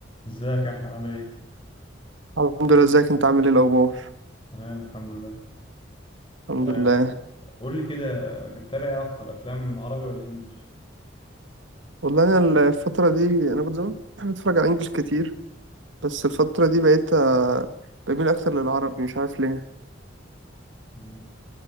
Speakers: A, on the left; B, on the right.
A: ازيك يا احمد عامل ايه
B: الحمد لله ازيك انت عامل ايه الاخبار
A: تمام الحمد لله
B: الحمد
A: آه
B: لله
A: قول لي كده بتتابع ايه اكتر افلام عربي ولا انجليش
B: والله انا الفتره دي انا كنت زمان بحب اتفرج على انجلش كتير بس الفتره دي بقيت آه، بميل اكتر للعربي مش عارف ليه
A: مم.